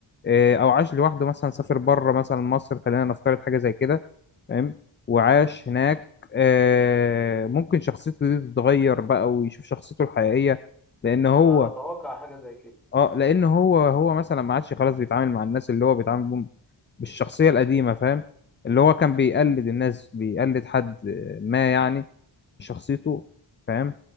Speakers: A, on the left (about 25°); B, in the centre.
A: آه، او عاش لوحده مثلا سافر بره مثلا مصر خلينا نفترض حاجة زي كده فاهم وعاش هناك آه، ممكن شخصيته دي تتغير بقى ويشوف شخصيته الحقيقية لان هو
B: انا اتوقع حاجه زي كده
A: اه لان هو هو مثلا ما عادش خلاص بيتعامل مع الناس اللي هو بيتعامل بيهم بالشخصية القديمة فاهم اللي هو كان بيقلد الناس بيقلد حد ما يعني شخصيته فاهم